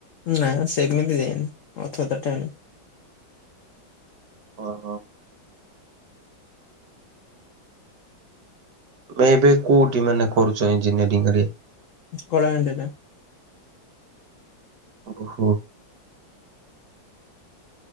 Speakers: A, on the left; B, on the right.
A: ନା ସେମିତି ଯାଇନି ଅଥତଟାନି
B: ଓ ହୋ। ଏବେ କୋଉଠି ମାନେ କରୁଛ ଇଞ୍ଜିନିୟରିରେ?
A: କଳାହାଣ୍ଡି ରେ।
B: ଓହୋ।